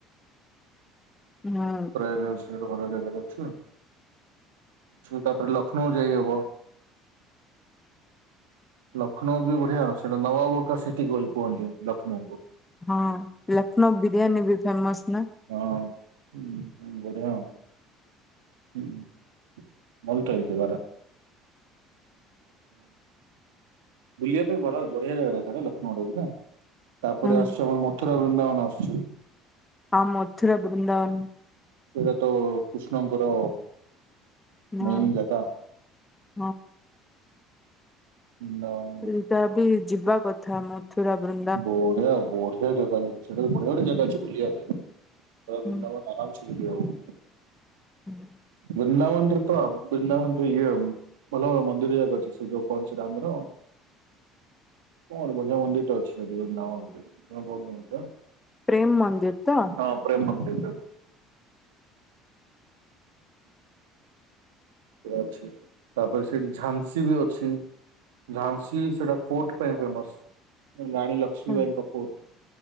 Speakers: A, on the left (about 15°); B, on the right (about 75°).
A: ହୁଁ।
B: ପ୍ରୟାଗରାଜ ସେଟା ଭଲ ଜାଗାରେ ଅଛି। ଛି ତାପରେ ଲଷ୍ନୌ ଯାଇହବ। ଲକ୍ଷ୍ନୌ ବି ବଢିଆ ସେଟା ନବାବକା ସିଟି ବୋଲି କୁହନ୍ତି ଲକ୍ଷ୍ନୌ କୁ।
A: ହଁ ଲକ୍ଷ୍ନୌ ବିରିୟାନୀ ବି ଫେମସ ନା।
B: ହଁ ଉଁ ବଢିଆ ଆଉ <unintelligible> <unintelligible> ହୁଁ ବୁଲିଆ ପାଇଁ ବଡ ବଢିଆ ଜାଗାଟା ସେଟା ଲକ୍ଷ୍ନୌଟା <unintelligible> ତାପରେ
A: ହୁଁ
B: ଆସୁଚି ଆମର ମଥୁରା ବୃନ୍ଦାବନ ଆସୁଚି।
A: ଅ ମଥୁରା ବୃନ୍ଦାବନ
B: ସେଇଟା ତ କୃଷ୍ଣଙ୍କର
A: ହଁ
B: ମେନ୍ ଜାଗା
A: ହଁ।
B: <unintelligible>
A: ସେଟା ବି ଯିବା କଥା ମଥୁରା ବୃ
B: ବଢିଆ ବଢିଆ ଜାଗା ସେଟା ବଢିଆ ବଢିଆ ଜାଗା ଅଛି ବୁଲିଆ ପାଇଁ ରା
A: ହୁଁ
B: ବୃନ୍ଦାବନ। ଆରମସେ ବୁଲି ହେବ।
A: ହୁଁ।
B: ବୃନ୍ଦାବନ ରେ ତ ବୃନ୍ଦାବନଠୁ ଇଏ ଆଉ ଭଲ ଭଲ ମନ୍ଦିର ଯାକ ଅଛି ସେ ଯୋଉ କଣ ସେଟା ଆମର କଣ ବଢିଆ ମନ୍ଦିର ଅଛି ସେଠି ବୃନ୍ଦାବନ ରେ <unintelligible>
A: ପ୍ରେମ ମନ୍ଦିର ତ।
B: ହଁ ପ୍ରେମ ମନ୍ଦିର। ଇଏ ଅଛି ତାପରେ ସେଇଠି ଝାନ୍ସୀ ବି ଅଛି। ଝାନସୀ ସେଟା ଫୋର୍ଟ ପାଇଁ ଫେମସ ରାଣୀ ଲକ୍ଷ୍ମୀବାଇଙ୍କ
A: ହଁ
B: ଫୋର୍ଟ।